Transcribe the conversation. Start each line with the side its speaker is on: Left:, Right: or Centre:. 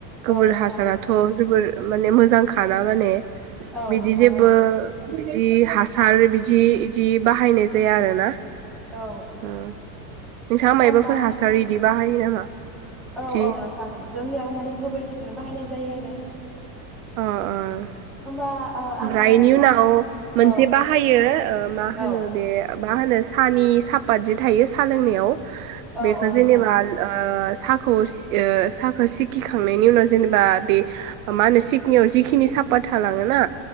Centre: औ
Right: गोबोर
Centre: नोंथां
Right: हासाराथ' जोबोर माने मोजांखाना माने
Centre: औ
Right: बिदि
Centre: नोंथां
Right: जेबो
Centre: औ
Right: बिदि हासार बिदि इदि बाहायनाय जाया आरोना।
Centre: औ
Right: ओ नोंथाङा मायबाफोर
Centre: होनबा
Right: हासार इदि बाहायो नामा?
Centre: औ
Right: बिदि
Centre: औ नोंथां जोंनियाबो माने गोबोरखिखौनो बाहायनाय जायो आरो
Right: अ अ।
Centre: होमबा ओ आङो
Right: ओमफ्राय बेनि
Centre: नोंथां
Right: उनाव
Centre: औ
Right: मोनसे बाहायो मा होनो
Centre: औ
Right: बे मा होनो साहानि सापात जि थायो साहा लोंनायाव
Centre: औ
Right: बेखौ
Centre: नोंथां
Right: जेनेबा साहाखौ साहाखौ सिखिखांनायनि उनाव जेनेबा बे मा होनो जिखिनि साफात थालाङोना